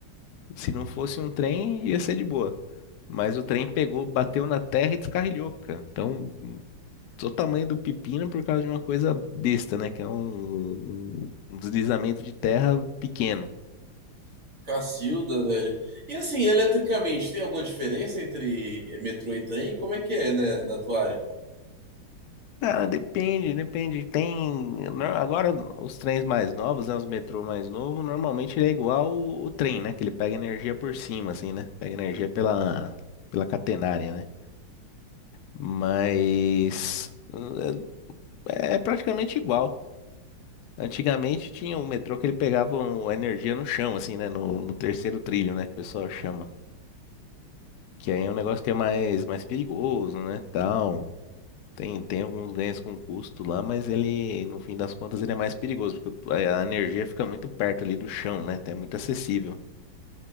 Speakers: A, on the left; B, on the right.
A: se não fosse um trem, ia ser de boa. Mas o trem pegou, bateu na terra e descarrilhou, cara. Então, o tamanho do pepino por causa de uma coisa besta, né? Que é um, um deslizamento de terra pequeno.
B: Cacilda, velho. E assim, eletricamente, tem alguma diferença entre eh, metrô e trem? Como é que é, né, na tua área?
A: Cara, depende, depende. Tem. no- Agora, os trens mais novos, né? Os metrô mais novo, normalmente ele é igual o, o trem, né? Que ele pega energia por cima, assim, né? Pega energia pela, pela catenária, né? Mas. eh, É praticamente igual. Antigamente tinha um metrô que ele pegava um- energia no chão, assim, né? No, no terceiro trilho, né? Que o pessoal chama. Que aí é um negócio que é mais, mais perigoso, né? Tal. Tem, tem alguns ganhos com custo lá, mas ele, no fim das contas, ele é mais perigoso, porque a a energia fica muito perto ali do chão, né? É muito acessível.